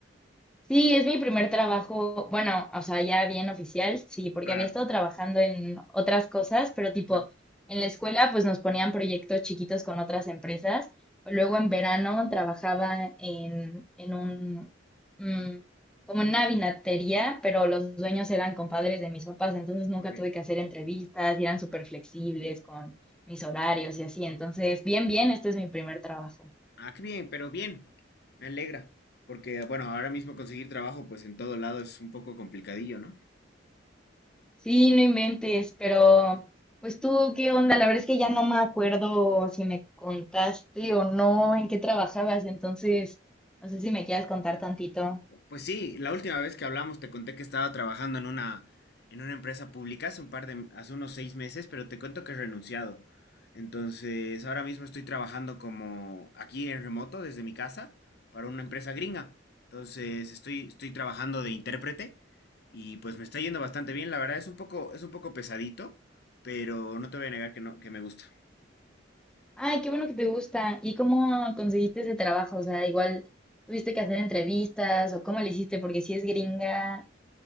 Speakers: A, in the centre; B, on the left.
A: Sí, es mi primer trabajo, bueno, o sea, ya bien oficial, sí, porque
B: Claro.
A: había estado trabajando en otras cosas, pero tipo,
B: Ajá.
A: en la escuela pues nos ponían proyectos chiquitos con otras empresas. Luego en verano trabajaba en, en un, mm, como en una vinatería, pero los dueños eran compadres de mis papás, entonces nunca
B: Ok.
A: tuve que hacer entrevistas y eran súper flexibles con mis horarios y así. Entonces, bien, bien, este es mi primer trabajo.
B: Ah, qué bien, pero bien. Me alegra. Porque, bueno, ahora mismo conseguir trabajo, pues en todo lado es un poco complicadillo, ¿no?
A: Sí, no inventes, pero pues tú, ¿qué onda? La verdad es que ya no me acuerdo si me contaste o no en qué trabajabas, entonces no sé si me quieras contar tantito.
B: Pues sí, la última vez que hablamos te conté que estaba trabajando en una, en una empresa pública hace un par de, hace unos seis meses, pero te cuento que he renunciado. Entonces, ahora mismo estoy trabajando como aquí en remoto, desde mi casa, para una empresa gringa. Entonces, estoy, estoy trabajando de intérprete y pues me está yendo bastante bien. La verdad es un poco, es un poco pesadito, pero no te voy a negar que no, que me gusta.
A: Ay, qué bueno que te gusta. ¿Y cómo conseguiste ese trabajo? O sea, igual tuviste que hacer entrevistas o cómo le hiciste, porque si es gringa,